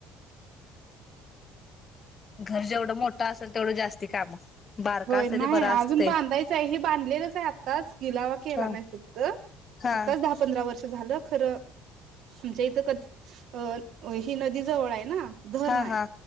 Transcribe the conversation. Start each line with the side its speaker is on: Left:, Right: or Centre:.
Left: घर जेवढं मोठं असेल, तेवढं जास्ती काम. बारका
Right: होय
Left: असते
Right: नाय
Left: ते बरा असते
Right: अजून बांधायचं आहे. हे बांधलेलंच आहे आत्ताच, गिलावा केला
Left: हा
Right: नाही फक्त.
Left: हा
Right: आत्ताच दहा पंधरा वर्ष झालं खरं इथं कधी <inaudible> अ, ही नदी जवळ आहे ना. धरण
Left: हा
Right: आहे
Left: हा